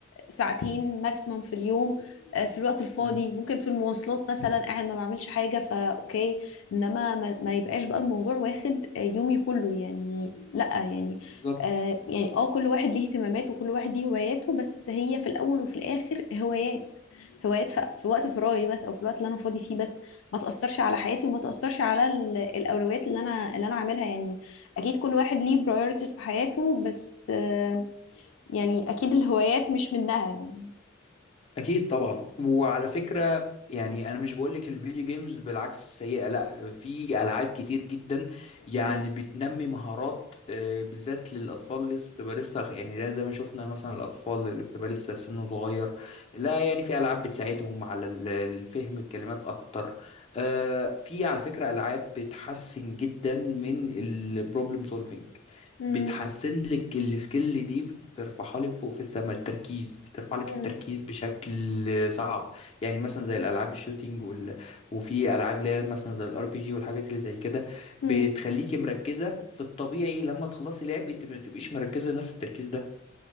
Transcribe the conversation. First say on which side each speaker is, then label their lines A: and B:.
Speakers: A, on the left (about 80°); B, on the left (about 30°).
A: ساعتين ماكسيمم في اليوم آه، في الوقت الفاضي
B: مم.
A: ممكن في المواصلات مثلا قاعد ما بعملش حاجة فأوكي إنما ما, ما يبقاش بقى الموضوع واخد آه، يومي كله يعني لأ يعني
B: بالظبط
A: آه يعني اه كل واحد ليه اهتمامات وكل واحد ليه هواياته بس هي في الأول وفي الآخر هوايات هوايات ف- في وقت فراغي بس او في الوقت اللي انا فاضي فيه بس ما تاثرش على حياتي وما تاثرش على ال- الاولويات اللي انا اللي انا عاملها يعني اكيد كل واحد ليه برايورتيز في حياته بس آه، يعني اكيد الهوايات مش منها يعني
B: اكيد طبعا وعلى فكره يعني انا مش بقولك الفيديو جيمز بالعكس سيئه لا في العاب كتير جدا يعني
A: مم.
B: بتنمي مهارات آه، بالذات للاطفال اللي لسه بتبقى لسه خ- يعني لا زي ما شفنا مثلا الاطفال اللي بتبقى لسه في سن صغير لا يعني في العاب بتساعدهم على ال- الفهم الكلمات اكتر آه، في على فكره العاب بتحسن جدا من البروبلم سولفينج
A: مم.
B: بتحسن لك السكيل دي بترفعها لك فوق في السماء التركيز بترفع لك
A: مم.
B: التركيز بشكل صعب يعني مثلا زي الالعاب الشوتينج وال... وفي العاب اللي هي مثلا زي الار بي جي والحاجات اللي زي كده
A: مم.
B: بتخليكي مركزه في الطبيعي لما تخلصي لعب انت ما بتبقيش مركزه نفس التركيز ده